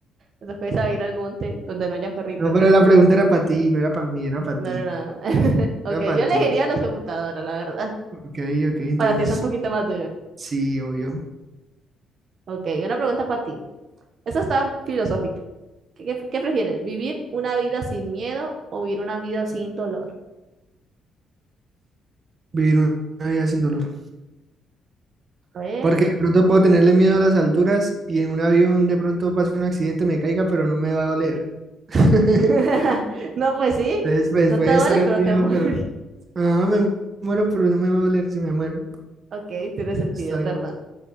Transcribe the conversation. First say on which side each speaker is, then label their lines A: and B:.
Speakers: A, on the right; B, on the right.
A: Nos puedes a ir al monte donde no haya perritos.
B: No, pero la pregunta era para ti, no era para mí, era para
A: No,
B: ti.
A: no, no. <laughs> Ok,
B: Era para
A: yo elegiría
B: ti.
A: las computadoras, la verdad.
B: Ok, ok, entonces
A: Para ti es un poquito más duro.
B: sí, obvio.
A: Ok, una pregunta para ti. Esta está filosófica. ¿Qué, qué prefieres? ¿Vivir una vida sin miedo o vivir una vida sin dolor?
B: Vivir una vida sin dolor.
A: A ver.
B: Porque de pronto puedo tenerle miedo a las alturas y en un avión de pronto pase un accidente, me caiga, pero no me va a doler. <laughs>
A: <laughs> No, pues sí.
B: Entonces, pues
A: No
B: puede
A: te duele,
B: estar el
A: pero
B: miedo,
A: te morís.
B: pero
A: <laughs>
B: Ah, me muero, pero no me va a doler si me muero.
A: Ok, tiene
B: Está
A: sentido, es
B: bien.
A: verdad.